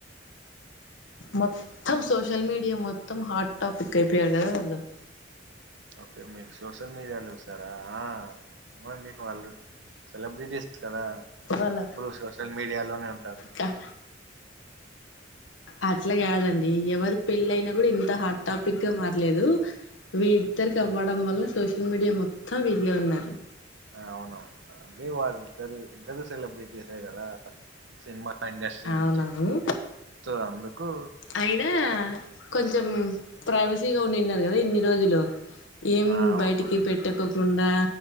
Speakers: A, on the left; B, on the right.
A: మొత్తం సోషల్ మీడియా మొత్తం హాట్ టాపిక్ అయిపోయారు కదా వాళ్లు
B: ఓకే మీరు సోషల్ మీడియాలో చూస్తారా ఆ ఇవ్వండి వాళ్లు సెలబ్రిటీస్ కదా
A: వాళ్ళ
B: ఎప్పుడూ సోషల్ మీడియాలోనే ఉంటారు
A: క అట్లా కాదండి ఎవరు పెళ్లి అయినా కూడా ఇంత హాట్ టాపిక్ గా మారలేదు వీ ఇద్దరికి అవ్వడం వల్ల సోషల్ మీడియా మొత్తం వీళ్ళే ఉన్నారు
B: ఆ అవునవువు అంటే వారి ఇద్దరు ఇద్దరు సెలబ్రిటీస్ ఏ కదా సినిమా ఆ ఇండస్ట్రీ
A: అవునవును
B: నుంచే త అందుకు
A: అయినా కొంచెం ప్రైవసీగా ఉండిన్నరు కదా ఇన్ని రోజులు ఏం
B: ఆ అవునా
A: బయటికి పెట్టకు తుండా